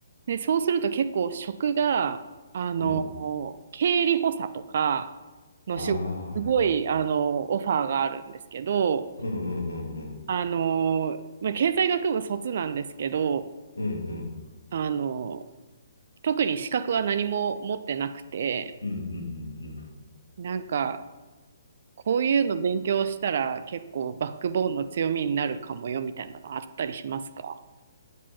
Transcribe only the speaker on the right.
で、そうすると結構職が、あの、
経理補佐とかの仕事、
すごい、あの、オファーがあるんですけど、
あの、まあ、経済学部卒なんですけど、
あの、特に資格は何も持ってなくて、
なんか、こういうの勉強したら結構バックボーンの強みになるかもよみたいなのあったりしますか